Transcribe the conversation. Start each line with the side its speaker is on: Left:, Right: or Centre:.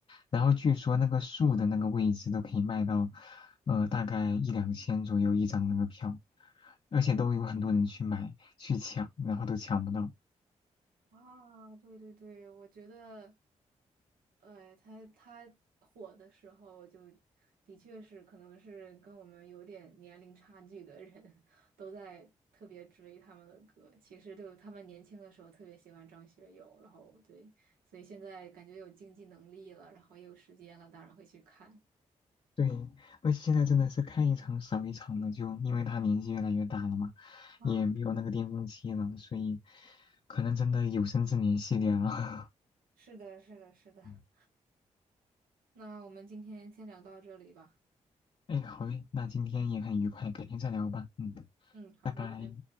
Left: 然后据说那个树的那个位置都可以卖到，呃，大概一两千左右一张那个票，而且都有很多人去买去抢，然后都抢不到。
Right: 啊，对对对，我觉得，哎，他他火的时候就的确是，可能是跟我们有点年龄差距的人 <laughs> 都在特别追他们的歌。其实就他们年轻的时候特别喜欢张学友，然后对，所以现在感觉有经济能力了，然后也有时间了，当然会去看。
Left: 对，而且现在真的是看一场少一场了，就因为他年纪越来越大了嘛，
Right: 啊，
Left: 也没有那个巅峰期了，所以可能真的有生之年系列了。
Right: 是的，是的，是的。
Left: <laughs>
Right: 那我们今天先聊到这里吧。
Left: 哎，好嘞，那今天也很愉快，改天再聊吧。嗯，
Right: 嗯，好，
Left: 拜拜。
Right: 拜拜。